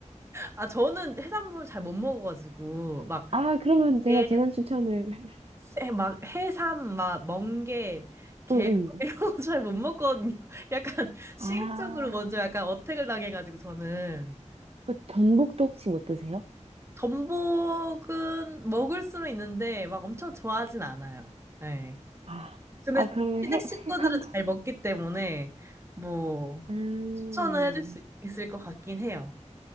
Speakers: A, on the right; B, on the right.
A: 아, 저는 해산물 잘 못 먹어가지고, 막,
B: 아, 그러면 제가
A: 예,
B: 괜한 추천을. <laughs>
A: 해- 막, 해삼, 막, 멍게, 게,
B: 응,
A: <laughs>
B: 응.
A: 이런 거 잘 못 먹거든요. <laughs> 약간, 시각적으로
B: 아.
A: 먼저 약간 어택을 당해가지고, 저는.
B: 그 전복도 혹시 못 드세요?
A: 전복은 먹을 수는 있는데, 막 엄청 좋아하진 않아요. 예.
B: 아,
A: 근데
B: 아, 그러면
A: 시댁
B: 해,
A: 식구들은
B: 해, 한 번.
A: 잘 먹기 때문에, 뭐,
B: 음,
A: 추천을 해줄 수 있- 있을 것 같긴 해요.